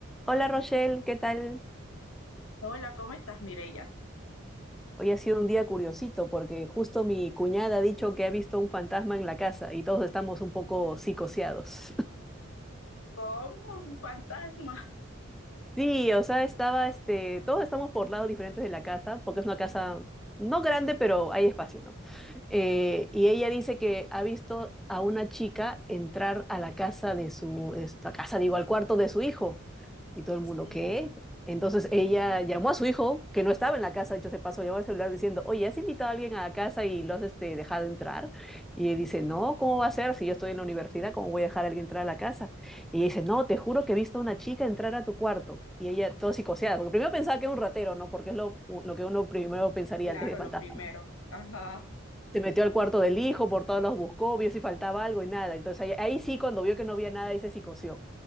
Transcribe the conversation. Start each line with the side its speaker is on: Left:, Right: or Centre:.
Centre: Hola Rochelle, ¿qué tal?
Left: Hola, ¿cómo estás, Mireya?
Centre: Hoy ha sido un día curiosito porque justo mi cuñada ha dicho que ha visto un fantasma en la casa y todos estamos un poco psicoseados. <laughs>
Left: Como un fantasma.
Centre: Sí, o sea, estaba este, todos estamos por lados diferentes de la casa porque es una casa no grande, pero hay espacio, ¿no? Eh, y ella dice que ha visto a una chica entrar a la casa de su, esta casa, digo, al cuarto de su hijo. Y todo el
Left: <laughs>
Centre: mundo,
Left: Sí,
Centre: ¿qué? Entonces ella llamó a su hijo, que no estaba en la casa, dicho se pasó, llamó al celular diciendo, oye, ¿has invitado a alguien a la casa y lo has este, dejado entrar? Y él dice, no, ¿cómo va a ser? Si yo estoy en la universidad, ¿cómo voy a dejar a alguien entrar a la casa? Y ella dice, no, te juro que he visto a una chica entrar a tu cuarto. Y ella, todo psicoseada, porque primero pensaba que era un ratero, ¿no? Porque es lo, lo que uno primero pensaría
Left: claro,
Centre: antes de fantasma,
Left: lo primero.
Centre: ¿no?
Left: Ajá,
Centre: Se metió al cuarto del hijo, por todos los buscó, vio si faltaba algo y nada. Entonces ahí, ahí sí, cuando vio que no había nada, ahí se psicoseó